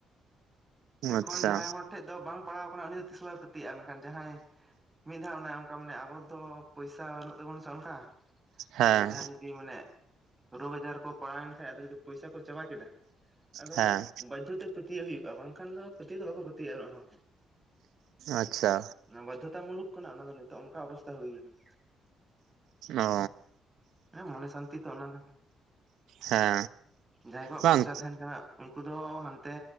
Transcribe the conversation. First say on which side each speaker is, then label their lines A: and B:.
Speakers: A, on the right; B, on the right.
A: ᱡᱚᱠᱷᱚᱱ
B: ᱟᱪᱪᱷᱟ
A: ᱡᱟᱦᱟᱭ ᱦᱚᱲ ᱴᱷᱮᱡ ᱫᱚ ᱵᱟᱝ ᱯᱟᱲᱟᱣ ᱟᱠᱟᱱᱟ, ᱩᱱᱤ ᱫᱚ ᱛᱤᱥ ᱦᱚᱸ ᱵᱟᱭ ᱯᱟᱹᱛ ᱛᱤᱜᱼᱟ ᱢᱮᱱᱠᱷᱟᱱ ᱡᱟᱦᱟᱭ, ᱢᱤᱫ ᱫᱷᱟᱶ ᱚᱱᱟ ᱚᱱᱠᱟ ᱢᱟᱱᱮ ᱟᱵᱚ ᱫᱚ ᱯᱚᱭᱥᱟ ᱵᱟᱹᱱᱩᱜ ᱛᱟᱵᱚᱱᱟ ᱥᱮ ᱚᱱᱠᱟ᱾
B: ᱦᱮᱸ
A: ᱟᱫᱚ ᱡᱟᱦᱟᱭ ᱡᱩᱫᱤ ᱢᱟᱱᱮ, ᱨᱳᱜᱽ ᱟᱡᱟᱨ ᱠᱚ ᱯᱟᱲᱟᱣ ᱮᱱ ᱠᱷᱟᱡ ᱟᱫᱚ ᱡᱩᱫᱤ ᱯᱚᱭᱥᱟ ᱠᱚ ᱪᱟᱵᱟ ᱠᱮᱫᱟ᱾ ᱟᱫᱚ
B: ᱦᱮᱸ
A: ᱵᱟᱫᱫᱷᱚᱛᱮ ᱯᱟᱹᱛᱭᱟᱹᱣ ᱦᱩᱭᱩᱜᱼᱟ, ᱵᱟᱝᱠᱷᱟᱱ ᱫᱚ ᱯᱟᱹᱛᱭᱟᱹᱣ ᱫᱚ ᱵᱟᱠᱚ ᱯᱟᱹᱛᱭᱟᱹᱜᱼᱟ ᱩᱱᱟᱹᱜ ᱦᱚᱲ᱾
B: ᱟᱪᱪᱷᱟ᱾
A: ᱚᱱᱟ ᱵᱟᱫᱽᱫᱷᱚᱛᱟ ᱢᱩᱞᱚᱠ ᱠᱟᱱᱟ᱾ ᱚᱱᱟ ᱫᱚ ᱱᱤᱛᱚᱜ ᱚᱱᱠᱟ ᱚᱵᱚᱥᱛᱷᱟ ᱦᱩᱭ ᱠᱟᱱᱟ᱾
B: ᱚ
A: ᱦᱮᱸ ᱢᱚᱱᱮ ᱥᱟᱱᱛᱤ ᱛᱚ ᱚᱱᱟ ᱫᱚ᱾
B: ᱦᱮᱸ
A: ᱡᱟᱦᱟᱭ ᱠᱚᱣᱟᱜ
B: ᱵᱟᱝ
A: ᱯᱚᱭᱥᱟ ᱛᱟᱦᱮᱱ ᱠᱟᱱᱟ᱾ ᱩᱱᱠᱩ ᱫᱚ ᱦᱟᱱᱛᱮ,